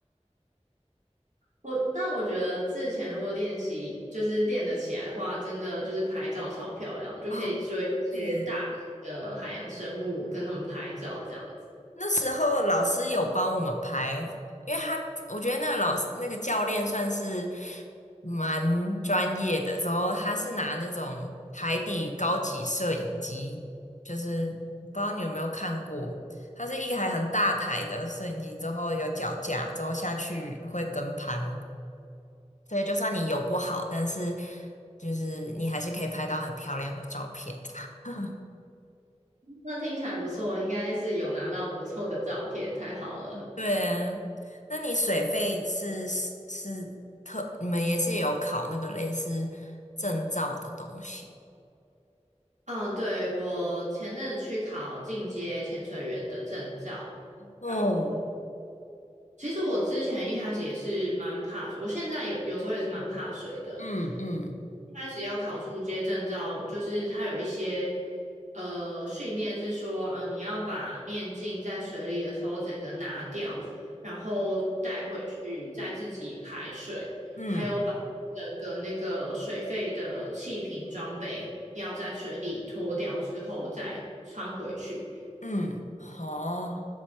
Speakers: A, on the right; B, on the left.
A: 我，但我觉得之前如果练习就是练得起来的话，真的就是拍照超漂亮，就可以追一些大型的海洋生物，
B: 哦。对啊，
A: 跟他们拍照这样子。
B: 那时候老师有帮我们排，因为他我觉得那个老师那个教练算是蛮专业的，之后他是拿那种海底高级摄影机，就是不知道你有没有看过，它是一台很大台的摄影机，之后有脚架，之后下去会跟拍。所以就算你游不好，但是就是你还是可以拍到很漂亮的照片。<laughs>
A: 那听起来不错，应该是有拿到不错的照片，太好了。
B: 对，啊，那你水费是是是特，你们也是有考那个类似证照的东西。
A: 嗯，对，我前阵子去考进阶潜水员的证照。
B: 哦，
A: 然后其实我之前一开始也是蛮怕水，我现在有有时候也是蛮怕水的。
B: 嗯嗯
A: 一开始要考出街证照，就是它有一些呃训练是说，呃，你要把面镜在水里的时候整个拿掉，然后带回去再自己排水，
B: 嗯
A: 还有把整个那个水费的气瓶装备要在水里脱掉之后再穿回去。
B: 嗯，好，